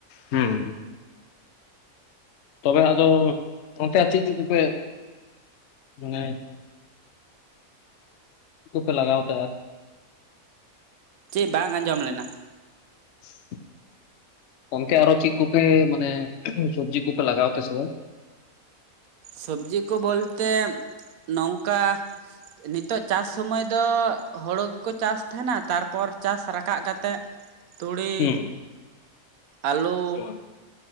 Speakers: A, on the left (about 60°); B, on the right (about 80°).
A: ᱦᱩᱸ ᱛᱚᱵᱮ ᱟᱫᱚ ᱚᱱᱛᱮ ᱟᱨ ᱪᱮᱫ ᱪᱚ ᱫᱚᱯᱮ ᱢᱟᱱᱮ ᱠᱚᱯᱮ ᱞᱟᱜᱟᱣ ᱛᱟᱦᱮᱫ
B: ᱪᱮᱫ ᱵᱟᱝ ᱟᱸᱡᱚᱢ ᱞᱮᱱᱟ?
A: <inaudible> ᱜᱚᱢᱠᱮ ᱟᱨᱚ ᱪᱮᱫ ᱠᱚᱯᱮ ᱢᱟᱱᱮ ᱥᱚᱵᱽᱡᱤ ᱠᱚᱯᱮ ᱞᱟᱜᱟᱣ ᱛᱟᱦᱮ ᱥᱮ ᱵᱟᱝ?
B: ᱥᱚᱵᱽᱡᱤ ᱠᱚ ᱵᱚᱞᱛᱮ ᱱᱚᱝᱠᱟ ᱱᱤᱛᱚᱜ ᱪᱟᱥ ᱥᱩᱢᱟᱹᱭ ᱫᱚ ᱦᱳᱲᱩ ᱜᱮᱠᱚ ᱪᱟᱥ ᱛᱟᱦᱮᱱᱟ ᱛᱟᱨᱯᱚᱨ ᱪᱟᱥ ᱨᱟᱠᱟᱜ ᱠᱟᱛᱮᱜ ᱛᱩᱲᱤ,
A: ᱦᱩᱸ
B: ᱟᱹᱞᱩ,
A: ᱦᱩᱸ